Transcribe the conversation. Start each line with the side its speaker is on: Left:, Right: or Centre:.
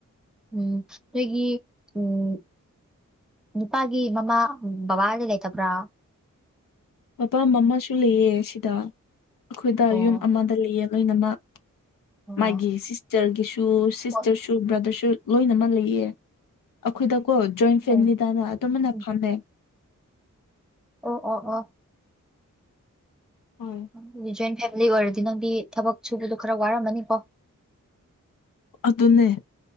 Centre: ꯎꯝ ꯅꯣꯏꯒꯤ ꯎꯝ ꯅꯨꯄꯥꯒꯤ ꯃꯃꯥ ꯕꯕꯥꯗꯤ ꯂꯩꯇꯕ꯭ꯔꯥ
Left: ꯕꯕꯥ ꯃꯃꯥꯁꯨ ꯂꯩꯑꯦ ꯁꯤꯗ ꯑꯩꯈꯣꯏꯗ
Centre: ꯑꯣ
Left: ꯌꯨꯝ ꯑꯃꯗ ꯂꯩꯑꯦ ꯂꯣꯏꯅꯃꯛ
Centre: ꯑꯣ
Left: ꯃꯥꯒꯤ ꯁꯤꯁꯇꯔꯒꯤꯁꯨ ꯁꯤꯁꯇꯔꯁꯨ
Centre: ꯍꯣꯏ
Left: ꯕ꯭ꯔꯗꯔꯁꯨ ꯂꯣꯏꯅꯃꯛ ꯂꯩꯌꯦ ꯑꯩꯈꯣꯏꯗꯀꯣ ꯖꯣꯏꯟ ꯐꯦꯃꯤꯂꯤꯗꯅ
Centre: ꯑꯣ
Left: ꯑꯗꯨꯃꯥꯏꯅ
Centre: ꯎꯝ
Left: ꯐꯝꯃꯦ
Centre: ꯑꯣ ꯑꯣ ꯑꯣ
Left: ꯍꯣꯏ
Centre: <unintelligible> ꯖꯣꯏꯟ ꯐꯦꯃꯤꯂꯤ ꯑꯣꯏꯔꯗꯤ ꯅꯪꯗꯤ ꯊꯕꯛ ꯁꯨꯕꯗꯨ ꯈꯔ ꯋꯥꯔꯝꯃꯅꯤꯀꯣ
Left: ꯑꯗꯨꯅꯦ